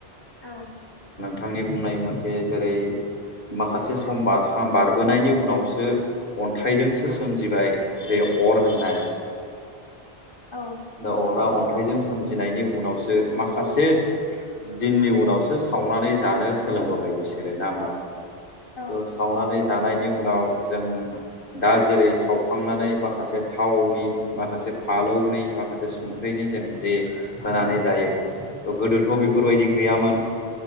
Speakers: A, on the left; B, on the left.
A: औ
B: बिथांनि बुंनाय मथे जेरै माखासे सम बारां बारबोनायनि उनावसो अन्थाइजोंसो सोमजिबाय जे अर होननाय
A: औ
B: दा अरा अ आखाइजों सोमजिनायनि उनावसो माखासे दिननि उनावसो सावनानै जानो सोलों लोंबोबाय बिसोरो ना होमबा
A: औ
B: त सावनानै जानायनि उनाव जों दा जेरै सावखांनानै माखासे थावनि माखासे फालौनि माखासे संख्रिनि जों जे होनानै जायो थ गोदोथ'
A: औ
B: बेफोरबायदि गैयामोन